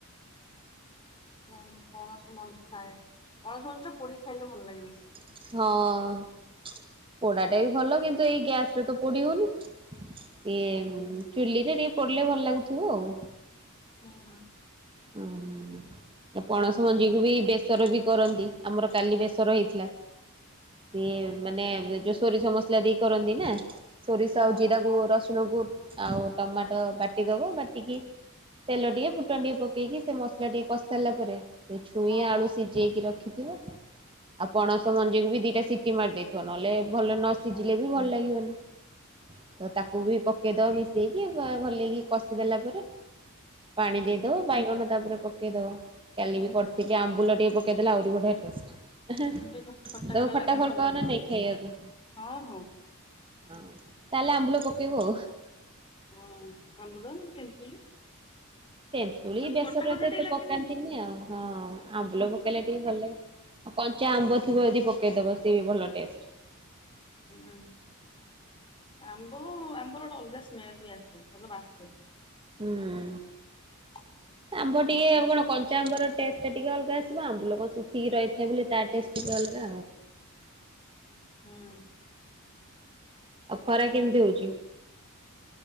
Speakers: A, on the left (about 25°); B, on the right (about 25°).
A: ଉଁ ପଣସ ମଞ୍ଜି ଥାଏ। ପଣସ ମଞ୍ଜି ଟା ପୋଡିକି ଖାଇଲେ ଭଲ ଲାଗେ ବେଶି।
B: ହଁ ପୋଡାଟା ବି ଭଲ କିନ୍ତୁ ଏଇ ଗ୍ୟାସରେ ତ ପୋଡ଼ି ହଉନି। ଇଏ
A: ହୁଁ।
B: ଚୁଲିରେ ଟିକେ ପୋଡିଲେ ଭଲ ଲାଗୁଥିବ ଆଉ।
A: ହୁଁ
B: ହୁଁ ପଣସ ମଞ୍ଜିକୁୁ ବି ବେସର ବି କରନ୍ତି ଆମର କାଲି ବେସର ହେଇଥିଲା। ସିଏ ମାନେ ଯୋ ସୋରିଷ ମସଲା ଦେଇ କରନ୍ତି ନା ସୋରିଷ
A: ହଁ
B: ଆଉ ଜିରାକୁ
A: ହଁ
B: ରସୁଣ କୁ ଆଉ ଟମାଟୋ ବାଟିଦବ ବାଟିକି ତେଲ ଟିକେ ଫୁଟନ ଟିକେ ପକେଇକି ସେ ମସଲା ଟିକେ କ ସିଲା ପରେ ସେ ଛୁଇଁ
A: ହଁ ହଁ
B: ଆଳୁ ସିଝେଇକି ରଖିଥିବ ଆଉ ପଣସ ମଞ୍ଜିକୁ ବି ଦିଟା ସି ଟି ମାରି ଦେଇଥିବ ନହେଲେ ଭଲ ନ ସିଝିଲେ
A: ହଁ।
B: ବି ଭଲ ଲାଗିବନି। ତ ତାକୁ ବି ପକେଇଦ ମିଶେଇକି ଭଲକି କଷିଦେଲା ପରେ ପାଣି ଦେଇଦବ
A: ହୁଁ
B: ବାଇଗଣ ତାପରେ ପକେଇଦବ। କାଲି ବି କରିଥିଲି ଆମ୍ବୁଲ ଟିକେ ପକେଇଦେଲେ ଆହୁରି ବଢ଼ିଆ ଟେଷ୍ଟ।
A: ହୁଁ ଟିକେ
B: ତମେ ଖଟା
A: ଲାଗେ
B: ଭଲ ପାଅ
A: ଲାଗିବ
B: ନା ନାଇଁ ଖାଇବାକୁ।
A: ହଁ ହଁ।
B: ହଁ ତାହେଲେ ଆମ୍ବୁଲ ପକେଇବ।
A: ହଁ ଆମ୍ବୁଲ ନହେଲେ ତେନ୍ତୁଲି
B: ତେନ୍ତୁଳି
A: ମାନେ
B: ବେସରରେ
A: ଖଟା ଖଟା
B: ତ
A: ଟିକେ
B: ଏତେ
A: ଲାଗିଲେ
B: ପକାନ୍ତିନି ଆଉ ହଁ ଆମ୍ବୁଲ ପକେଇଲେ ଟିକେ ଭଲ ଲାଗେ। କଞ୍ଚା
A: ହୁଁ
B: ଆମ୍ବ ଥିବ ଯଦି ପକେଇଦବ ସିଏ ଭଲ ଟେଷ୍ଟ।
A: ହୁଁ ଆମ୍ବ ଆମ୍ବର ଗୋଟେ ଅଲଗା ସ୍ମେଲ ବି ଆସେ ଭଲ ବାସେ। <inaudible>
B: ହୁଁ। ଆମ୍ବ ଟିକେ ଆ କଣ କଞ୍ଚା ଆମ୍ବର ଟେଷ୍ଟଟା ଟିକେ ଅଲଗା ଆସିବ ଆମ୍ବୁଲ କଣ ଶୁଖିକି ରହିଥାଏ ବୋଲି ତା ଟେଷ୍ଟ ଟିକେ ଅଲଗା।
A: ହୁଁ
B: ଆଉ ଖରା କେମିତି ହଉଛି?